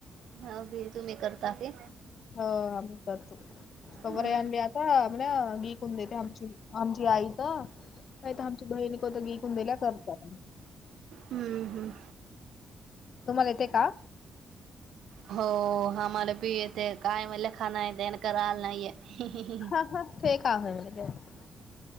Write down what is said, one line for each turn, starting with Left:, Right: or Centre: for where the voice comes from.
Right: हा बी तुम्ही करता की.
Left: हो आम्ही करतो. तवर
Right: हम्म
Left: आम्ही आता मला विकून देते आमची आमची आई तर नाहीत आमची बहिण विकून दिल्या करतात.
Right: हम्म हम्म,
Left: तुम्हाला येते का?
Right: हो, आम्हाला बी येते. काय म्हणल खाण देण करायला नाही येत.
Left: हा फ का आहे म्ह का <unintelligible>